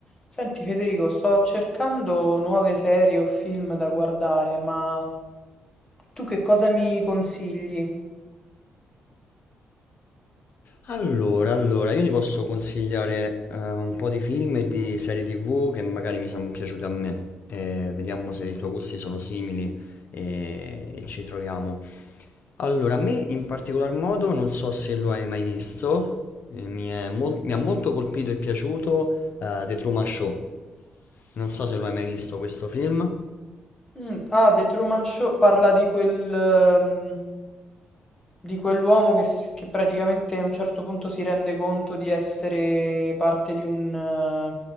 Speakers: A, on the left; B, on the left.
A: Senti Federico, sto cercando nuove serie o film da guardare, ma tu che cosa mi consigli?
B: Allora, allora, io ti posso consigliare eh, un po' di film e di serie TV che magari mi sono piaciute a me. Eh, vediamo se i tuoi gusti sono simili e, e ci troviamo. Allora, a me in particolar modo, non so se lo hai mai visto, eh, mi è mol- mi ha molto colpito e piaciuto eh, The Truman Show. Non so se lo hai mai visto questo film.
A: Mm, ah, The Truman Show parla di quel, ehm, di quell'uomo che, s- che praticamente a un certo punto si rende conto di essere parte di un, eh,